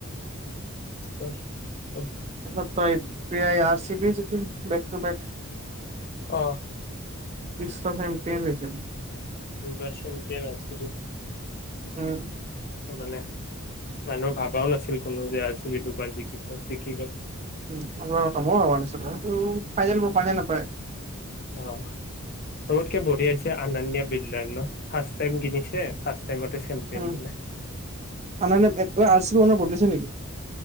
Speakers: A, on the left; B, on the right.
A: <unintelligible>
B: অহ ত ই পি আই আৰ চি বি যি কিন। <unintelligible> Back to back.
A: অহঃ।
B: বিশ্ব চেম্পিয়ান হৈ যায়।
A: দুইবাৰ চেম্পিয়ন আছিল, তাৰমানে।
B: উম
A: মানুহ ভাবাও নাছিল কোনো যে, আৰ, চি, বি দুবাৰ জিকিব, জিকি গল।
B: উম, আগত মোৰো হোৱা নাছিলে। তো, ফাইনেল বো পায় নে নাপায়।
A: অ', চবতকে বঢ়িয়া হৈছে আনান্য বিল্ডাৰ ন ফাৰ্ষ্ট টাইম কিনিছে ফাৰ্ষ্ট টাইমতে চেম্পিয়ন
B: উম,
A: বোলে।
B: আনান্য <unintelligible> আৰ চি বি ওৱনাৰ বদলিছে নেকি?